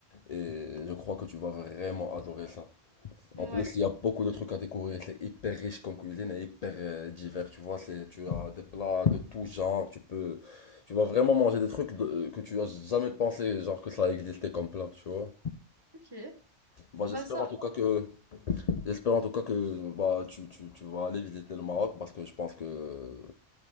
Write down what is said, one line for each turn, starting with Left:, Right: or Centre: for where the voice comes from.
Left: et je crois que tu vas vraiment adorer ça.
Right: Ouais,
Left: En plus, il y a beaucoup de trucs à découvrir. C'est hyper riche comme cuisine et hyper euh, divers. Tu vois, c'est, tu as des plats de tout genre. Tu peux, tu vas vraiment manger des trucs de- que tu as jamais pensé, genre que ça existait comme plat. Tu vois.
Right: ok.
Left: Bah, j'espère
Right: Bah ça,
Left: en tout cas que, j'espère en tout cas que, bah, tu, tu, tu vas aller visiter le Maroc parce que je pense que